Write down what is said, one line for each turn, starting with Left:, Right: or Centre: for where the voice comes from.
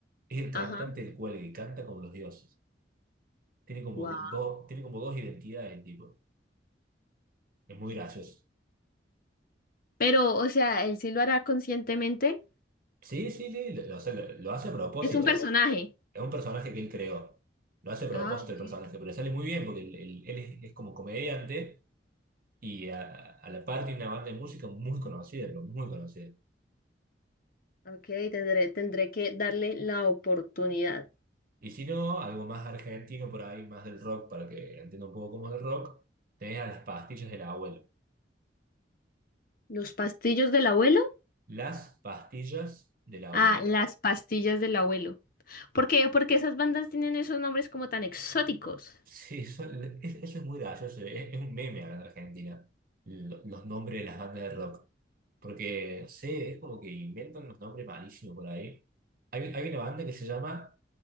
Right: Es el cantante
Left: Ajá.
Right: del cual y canta como los dioses. Tiene como,
Left: Wow.
Right: dos tiene como dos identidades el tipo, es muy gracioso.
Left: Pero, o sea, él sí lo hará conscientemente.
Right: Sí, sí, sí, lo, lo hace lo lo hace a propósito.
Left: Es un personaje.
Right: Es un personaje que él creó. Lo hace a propósito
Left: Ah, ok.
Right: el personaje, pero le sale muy bien porque él, él- él es, es como comediante y a, a la par tiene una banda de música muy conocida, pero muy conocida.
Left: Ok, tendré, tendré que darle la oportunidad.
Right: Y si no, algo más argentino por ahí, más del rock, para que entienda un poco cómo es el rock, tenés a las pastillas del abuelo.
Left: ¿Los pastillos del abuelo?
Right: Las pastillas del abuelo.
Left: Ah, las pastillas del abuelo. ¿Por qué? Porque esas bandas tienen esos nombres como tan exóticos.
Right: Sí, son- es- eso es muy gracioso, es, es un meme acá en Argentina, lo- los nombres de las bandas de rock. Porque, no sé, es como que inventan unos nombres malísimos por ahí. Hay, hay una banda que se llama